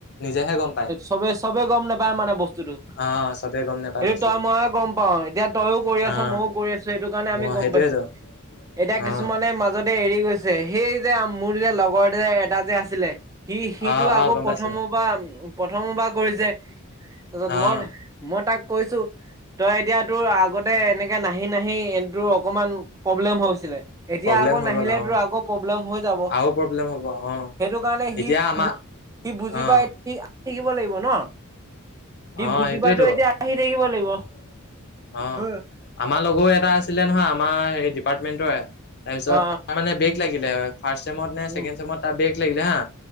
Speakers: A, on the left; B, on the right.
A: নিজেহে গম পায়।
B: চবেই চবেই গম নাপায় মানে বস্তুটো।
A: অ চবে গম নোপায়
B: সেইটো
A: বস্তুটো
B: তই ময়ে গম পাওঁ, এতিয়া তয়ও কৰি
A: অ',
B: আছ ময়ও কৰি আছো সেইটো কাৰণে
A: মই
B: আমি গম
A: সেইটোৱেতো
B: পাইছো। এতিয়া
A: অ',
B: কিছুমানে মাজত এৰি গৈছে। সেই যে মোৰ যে লগৰ যে এটা যে আছিলে। সি সিটো
A: অ',
B: আকৌ
A: অ', গম
B: প্ৰথমৰ
A: পাইছো
B: পৰা প্ৰথমৰ পৰা কৰিছে, তাৰপিছত
A: অ',
B: মই মই তাক কৈছো, তই এতিয়া তোৰ আগতে এনেকে নাহ নাহি নাহি তোৰ অকমান প্ৰব্লেম হৈছিলে। এতিয়া
A: প্ৰব্লেম
B: আকৌ
A: হৈ
B: নাহিলে
A: গ'ল অ',
B: তোৰ আকৌ প্ৰব্লেম হৈ যাব।
A: আৰু প্ৰব্লেম হ'ব অ।
B: সেইটো কাৰণে সি
A: এতিয়া আমাৰ
B: সি বুজি
A: অ',
B: পায় সি আহি থাকিব লাগিব ন, সি
A: অ',
B: বুজি
A: সেইটোৱেতো
B: পাইতো এতিয়া আহি থাকিব লাগিব।
A: অ',
B: হ
A: আমাৰ লগৰ এটা আছিলে নহয়, আমাৰ হেৰি ডিপাৰ্টমেন্টৰে। তাৰপিছত,
B: অ অ
A: তাৰমানে বেগ লাগিলে, ফাৰ্ষ্ট ছেমত নে
B: উম
A: ছেকেণ্ড ছেমত তাৰ বেগ লাগিলে হা।